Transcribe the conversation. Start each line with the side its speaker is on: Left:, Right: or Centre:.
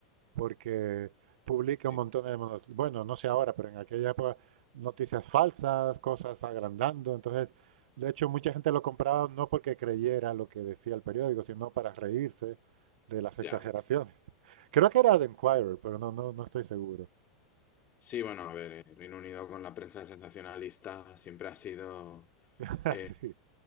Right: porque publica
Left: Sí.
Right: un montón de, mono- bueno, no sé ahora, pero en aquella época noticias falsas, cosas agrandando, entonces, de hecho, mucha gente lo compraba no porque creyera lo que decía el periódico, sino para reírse de las
Left: Ya.
Right: exageraciones. <laughs> Creo que era The Enquirer, pero no, no, no estoy seguro.
Left: Sí, bueno, a ver, eh, Reino Unido con la prensa sensacionalista siempre ha sido,
Right: <laughs>
Left: eh,